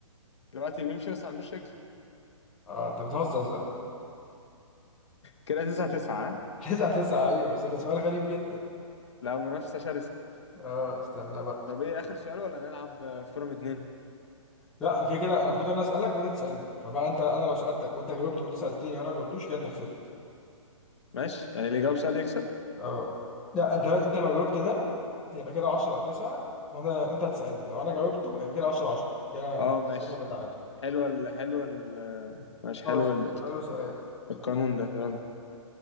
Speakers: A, on the left; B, in the centre.
A: الوقت بيمشي بس ما عندوش رجل
B: اه انت بتهزر صح؟
A: كده تسعة تسعة ها؟
B: <laughs> تسعة تسعة ايوه بس ده سؤال غريب جدا
A: لا منافسة شرسة
B: اه استنى بقى
A: طب ايه اخر سؤال ولا نلعب آه، فورم اتنين
B: لا انا كده كده انا المفروض انا اسالك وانت تسالني فبقى انت انا لو سالتك وانت جاوبت وانت سالتني وانا ما جاوبتوش كده انت كسبت
A: ماشي يعني اللي يجاوب سؤال يكسب
B: اه لا انت انت لو جاوبت ده هيبقى كده 10 9 وانا وانت هتسالني لو انا جاوبته هيبقى كده 10 10 كده يبقى-
A: اه ماشي
B: كده يبقى تعادل
A: حلوة ال حلوة ال ماشي
B: خلاص
A: حلو ال-
B: سأله سؤال
A: القانون ده يلا